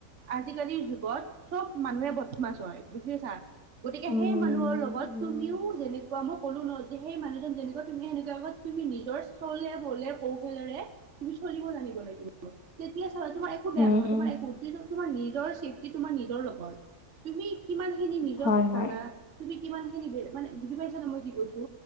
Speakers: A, on the right; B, on the left.
A: আজিকালিৰ যুগত চব মানুহে বদ মাচ হয় বুজিছা গতিকে
B: উম
A: সেই মানুহৰ লগত
B: উম
A: তুমিও যেনে কোৱা মই ক'লো ন' যে সেই মানুহজন যেনেকুৱা তুমি সেনেকুৱা হবা তুমি নিজৰ চলে বলে কৌশলেৰে তুমি চলিব জানিব লাগিব তেতিয়া চাবা তোমাৰ একো বেয়া
B: উম
A: নহয়
B: উম
A: তোমাৰ একো কিন্তু তোমাৰ নিজৰ ছেফটি তোমাৰ নিজৰ লগত। তুমি কিমানখিনি নিজক
B: হয় হয়
A: জানা? তুমি কিমানখিনি বে মানে বুজি পাইছান মই কি কৈছো?